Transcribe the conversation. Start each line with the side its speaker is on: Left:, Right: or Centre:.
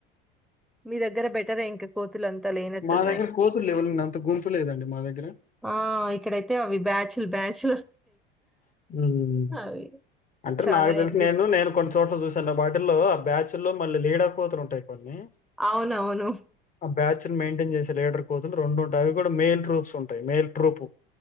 Centre: మీ దగ్గర బెటరే ఇంక కోతులు అంతా లేనట్టున్నాయి
Left: మా దగ్గర కోతులు లేవులేండి అంత గుంపు లేదండి మా దగ్గర
Centre: ఆ ఇక్కడైతే అవి బ్యాచ్ల్ బ్యాచ్
Left: ఉమ్.
Centre: అవి
Left: అంటే
Centre: చాలా
Left: నాకు తెలిసి
Centre: ఎక్
Left: నేను నేను కొన్ని చోట్ల చూశాను వాటిల్లో ఆ బ్యాచ్ లో మళ్ళీ లీడర్ కోతులు ఉంటాయి కొన్ని
Centre: అవునవును
Left: ఆ బ్యాచ్ మెయింటైన్ చేసే లీడర్ కోతులు రెండు ఉంటాయి అవి కూడా మేల్ ట్రూప్స్ ఉంటాయి మేల్ ట్రూప్